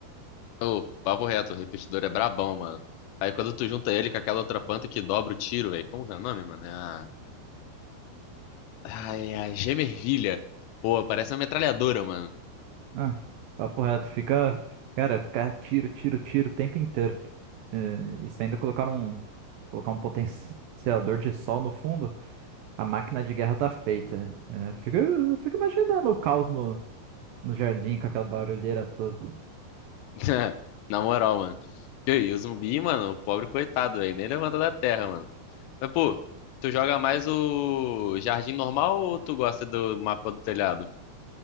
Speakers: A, on the left (about 85°); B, on the right (about 80°).
A: Ô, papo reto, o repetidor é brabão, mano. Aí quando tu junta ele com aquela outra planta que dobra o tiro, velho. Como que é o nome, mano? É a. Ai, é a gemervilha. Pô, parece uma metralhadora, mano.
B: Ah, papo reto. Fica, cara, fica tiro, tiro, tiro o tempo inteiro. É, e se ainda colocar um, colocar um potenciador de sol no fundo. A máquina de guerra tá feita. É, eu fico, eu fico imaginando o caos no, no jardim com aquela barulheira toda.
A: <laughs> Na moral, mano. E aí, o zumbi, mano, o pobre coitado, velho. Nem levanta da terra, mano. Mas, pô, tu joga mais o jardim normal ou tu gosta do mapa do telhado?